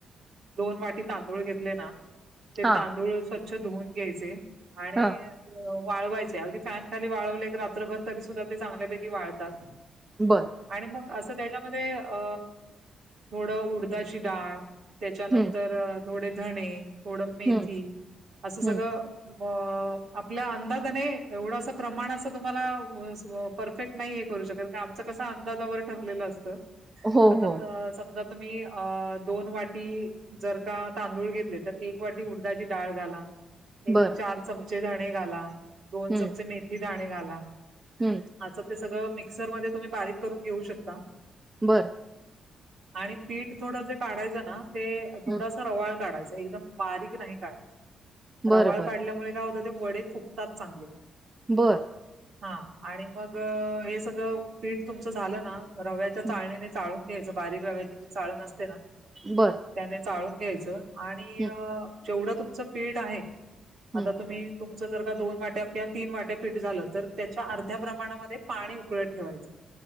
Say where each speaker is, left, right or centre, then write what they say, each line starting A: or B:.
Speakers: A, on the right; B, on the right.
A: दोन वाटी तांदूळ घेतले ना ते
B: हा
A: तांदूळ स्वछ स्वच्छ धुऊन घ्यायचे. आणि
B: हा
A: वाळवायचे. अगदी फॅन खाली वाळवले एक रात्रभर तरी सुद्धा ते चांगल्यापैकी वाळतात.
B: बर
A: आणि मग असं त्याच्यामध्ये अ थोडं उडदाची डाळ त्याच्यानंतर.
B: हं,
A: थोडे धणे थोड मेथी
B: हं,
A: असं सगळ.
B: हं.
A: ब <unintelligible> आपल्या अंदाजाने एवढं अस प्रमाण असं <unintelligible> तुम्हाला परफेक्ट नाहीय करू शकत आमचं कस अंदाजावर ठरलेलं असत.
B: हो,
A: आता
B: हो.
A: स समजा तुम्ही अ दोन वाटी जर का तांदूळ घेतले तर एक वाटी उडची डाळ झाला. एक
B: बरं.
A: चार चम चे धणे घाला. दोन
B: हं,
A: चमचे मेथी <unintelligible> जाणे घाला.
B: हं.
A: हाच ते सगळं. मिक्सर मध्ये तुम्ही बारीक करून घेऊ शकता.
B: बरं.
A: आणि पीठ थोडं जे काढायचं ना, ते थोडासा
B: हं.
A: रवाळ काढायच. एकदम बारीक नाही काढायची.
B: बरं,
A: रवाळ
B: बरं.
A: काढल्यामुळे काय होत ते वडे फुगतात चांगले.
B: बरं.
A: हा आणि मग हे सगळं पीठ तुमचं झालं ना, रव्याच्या चाळणीने
B: हं.
A: चाळून घ्यायचं बारीक रव्याची जी चाळण अससते ना,
B: बरं.
A: त्याने चाळून. यचं आणि
B: हं,
A: अ जेवढं तुमचं पेठ आहे.
B: हं.
A: आता तुम्ही. च जर का दोन वाट्या किंवा तीन वाट्या पीठ झालं तर त्याच्या अर्ध्या प्रमाणामध्ये पाणी उकळत ठेवायचं.